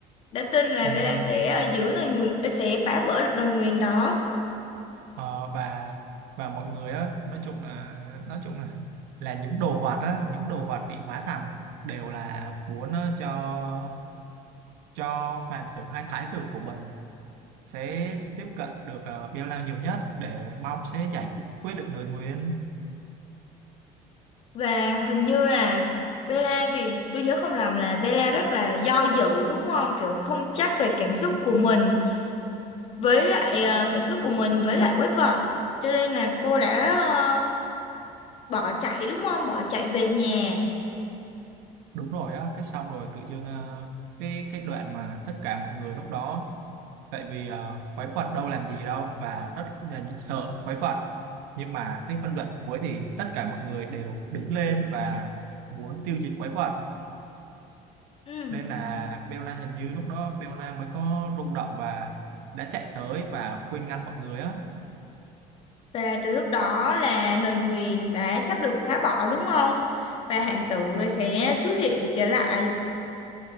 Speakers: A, on the left; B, on the right.
A: đã tin là
B: ừm,
A: Bella sẽ ờ, giữ lời nguyền, sẽ phá vỡ lời nguyền đó.
B: ờ, và và mọi người á nói chung là nói chung là là những đồ vật á những đồ vật bị hóa thành đều là muốn ờ, cho cho hoàng tử hay thái tử của mình sẽ tiếp cận được uh, Bella nhiều nhất để mong sẽ giải quyết được lời nguyền
A: Và hình như là Bella thì tôi nhớ không lầm là Bella rất là do dự đúng không? Kiểu không chắc về cảm xúc của mình với lại ờ, cảm xúc của mình với lại quái vật. Cho nên là cô đã ờ, bỏ chạy đúng không? Bỏ chạy về nhà.
B: đúng rồi á cái xong rồi tự dưng ờ, cái cái đoạn mà tất cả mọi người lúc đó tại vì ờ, quái vật đâu làm gì đâu và rất là nhị- sợ quái vật nhưng mà cái phân đoạn cuối thì tất cả mọi người đều đứng lên và muốn tiêu diệt quái vật
A: Ừ.
B: nên là Belna hình như lúc đó Belna mới có rung động và đã chạy tới và khuyên ngăn mọi người á
A: Và từ lúc đó là lời nguyền đã sắp được phá bỏ đúng không? Và hành tử sẽ xuất hiện trở lại.